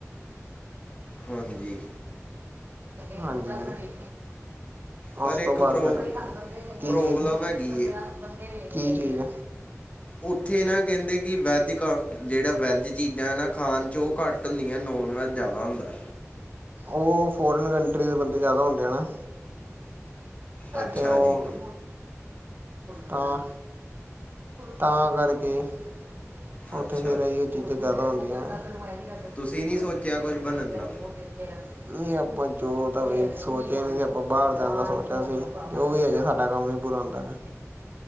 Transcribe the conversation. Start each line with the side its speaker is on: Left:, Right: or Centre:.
Left: ਹਾਂਜੀ
Right: ਹਾਂਜੀ।
Left: ਪਰ
Right: ਓਸ
Left: ਇੱਕ
Right: ਤੋਂ ਬਾਦ
Left: ਪ੍ਰੋ
Right: ਫੇਰ, ਕੀ
Left: ਪ੍ਰੋਬਲਮ
Right: ਚੀਜ਼-ਕੀ
Left: ਹੈਗੀ ਏ
Right: ਚੀਜ਼
Left: ਓਥੇ ਨਾ ਕੈਂਦੇ ਕਿ ਵੈਦਿਕਾਂ ਜੇੜਾ ਵੈਜ ਚੀਜ਼ਾਂ ਐ ਨਾ ਖਾਣ ਚ ਓ ਘੱਟ ਹੁੰਦੀਆਂ, ਨੋਨ ਵੈੱਜ ਜਾਦਾ ਹੁੰਦਾ
Right: ਓ ਫੋਰਨ ਕੰਟਰੀ ਦੇ ਬੰਦੇ ਜਾਦਾ ਹੁੰਦੇ ਆ ਨਾ,
Left: ਅੱਛਾ
Right: ਤੇ ਓ
Left: ਜੀ
Right: ਤਾਂ, ਤਾਂ ਕਰਕੇ ਓਥੇ
Left: ਅੱਛਾ
Right: ਤੇ ਫੇਰ ਏਈਓ ਚੀਜ਼ਾਂ ਜਾਦਾ ਹੁੰਦੀਆਂ <unintelligible>
Left: ਤੁਸੀਂ ਨਹੀਂ ਸੋਚਿਆ ਕੁਛ ਬਣਨ ਦਾ
Right: ਨਈ ਆਪਾਂ ਜੋਬ ਦਾ ਵੀ ਸੋਚਿਆ ਨੀ ਸੀ, ਆਪਾਂ ਬਾਰ ਜਾਣ ਦਾ ਸੋਚਿਆ ਸੀ, ਤੇ ਔਵੀ ਹੈਗਾ ਸਾਡਾ ਕੰਮ ਬੁਰਾ ਹੁੰਦਾ ਐ ਨਾ